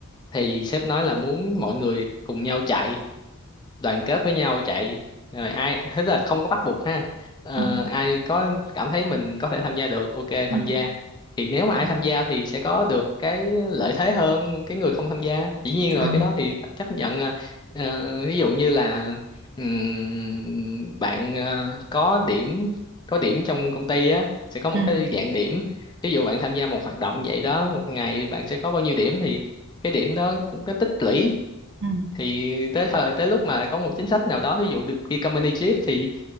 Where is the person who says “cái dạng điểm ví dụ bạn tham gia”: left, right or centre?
Left